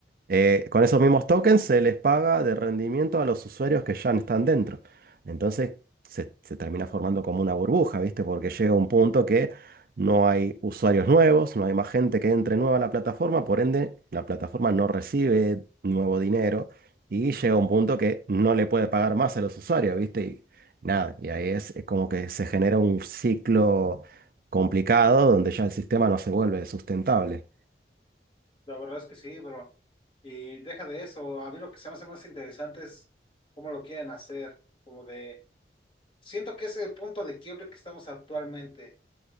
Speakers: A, on the right; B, on the left.
A: Eh, con esos mismos tokens se les paga de rendimiento a los usuarios que ya están dentro. Entonces se, se termina formando como una burbuja, ¿viste? Porque llega un punto que no hay usuarios nuevos, no hay más gente que entre nueva a la plataforma, por ende la plataforma no recibe nuevo dinero y llega un punto que no le puede pagar más a los usuarios, ¿viste? Y nada, y ahí es, es como que se genera un ciclo complicado donde ya el sistema no se vuelve sustentable.
B: La verdad es que sí, bro. Y deja de eso. A mí lo que se me hace más interesante es cómo lo quieren hacer. Como de, siento que ese punto de quiebre que estamos actualmente.